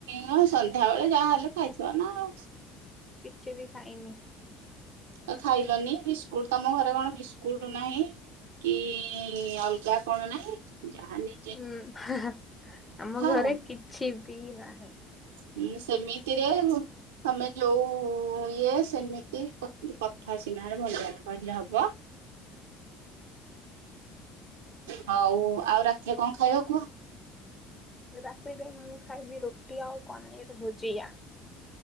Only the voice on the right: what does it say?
ହଁ ସନ୍ଧ୍ୟାବଳେ ଯାହାହଲେ ଖାଇଥିବ ନା ଆଉ।
ଅ- ଖାଇଲନି ବିସ୍କୁଟ୍ ତମ ଘରେ କଣ ବିସ୍କୁଟ୍ ନାହିଁ। କି ଅଲଗା କଣ ନାହିଁ ଯାହା ନି
ଆଉ।
ହୁଁ ସେମିତିରେ ହୁ- ତମେ ଯଉ ଇଏ ସେମିତି କ କଥା ସିନା ଭଲ କହିଲେ ହବ। ହଉ ଆଉ ରାତିରେ କଣ ଖାଇବ କୁହ?